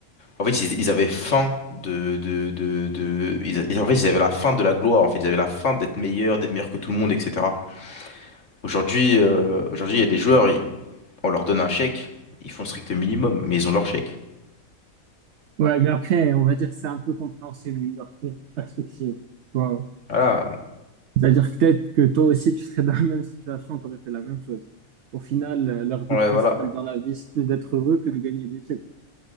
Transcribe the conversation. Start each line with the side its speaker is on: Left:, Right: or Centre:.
Left: En fait, ils, ils avaient faim de... de, de, de... Ils, ils- en fait, ils avaient la faim de la gloire, en fait. Ils avaient la faim d'être meilleurs, d'être meilleurs que tout le monde, etc. Aujourd'hui, euh, aujourd'hui, il y a des joueurs, ils- on leur donne un chèque, ils font strict minimum, mais ils ont leur chèque.
Right: Ouais, mais après, on va dire que c'est un peu compréhensible leur per- perspective. Ouais.
Left: Voilà,
Right: C'est-à-dire que peut-être que toi aussi, tu serais <laughs> dans la même situation, tu aurais fait la même chose. Au final, euh, leur but
Left: ouais,
Right: principal
Left: voilà.
Right: dans la vie, c'est plus d'être heureux que de gagner des titres.